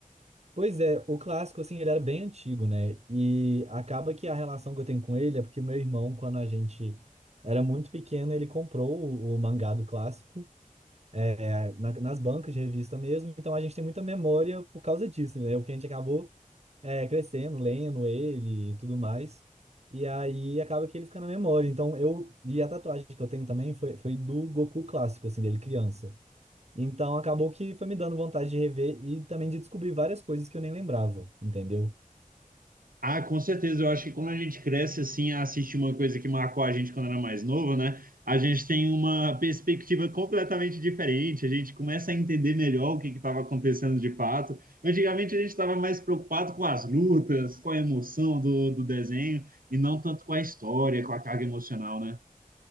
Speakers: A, on the right (about 50°); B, on the right (about 75°).
A: Pois é, o clássico, assim, ele era bem antigo, né? E acaba que a relação que eu tenho com ele é porque meu irmão, quando a gente era muito pequeno, ele comprou o, o mangá do clássico, é, na- nas bancas de revista mesmo. Então a gente tem muita memória por causa disso, né? Porque a gente acabou, é, crescendo, lendo ele e tudo mais. E aí acaba que ele fica na memória. Então eu. E a tatuagem que eu tenho também foi, foi do Goku clássico, assim, dele criança. Então acabou que foi me dando vontade de rever e também de descobrir várias coisas que eu nem lembrava, entendeu?
B: Ah, com certeza. Eu acho que quando a gente cresce assim, a assistir uma coisa que marcou a gente quando era mais novo, né? A gente tem uma perspectiva completamente diferente. A gente começa a entender melhor o que estava acontecendo de fato. Antigamente a gente estava mais preocupado com as lutas, com a emoção do, do desenho e não tanto com a história, com a carga emocional, né?